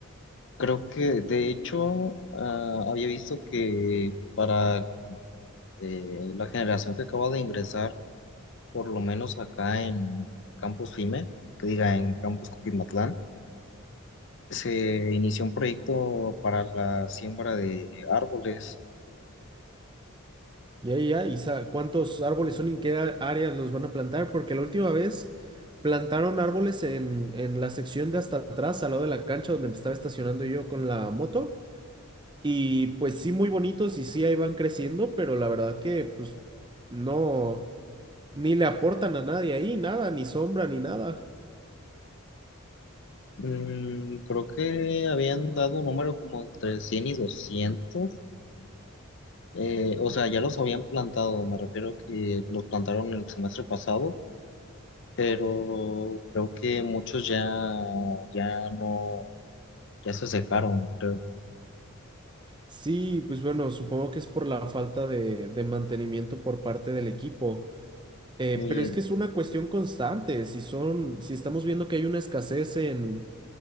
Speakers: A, on the left; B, on the right.
A: creo que de hecho ah, había visto que para eh, la generación que acaba de ingresar, por lo menos acá en Campus FIME, que diga en Campus Coquimatlán, se inició un proyecto para la siembra de árboles.
B: Ya, ya, ¿y sa- cuántos árboles son y en qué a- áreas los van a plantar? Porque la última vez plantaron árboles en, en la sección de hasta atrás, al lado de la cancha donde me estaba estacionando yo con la moto. Y pues sí, muy bonitos y sí, ahí van creciendo, pero la verdad que pues no, ni le aportan a nadie ahí, nada, ni sombra, ni nada.
A: Mm, creo que habían dado un número como entre 100 y 200. Eh, o sea, ya los habían plantado, me refiero que los plantaron el semestre pasado, pero creo que muchos ya, ya no, ya se secaron, creo.
B: Sí, pues bueno, supongo que es por la falta de, de mantenimiento por parte del equipo. Eh,
A: Y
B: pero es que es una cuestión constante. Si son, si estamos viendo que hay una escasez en,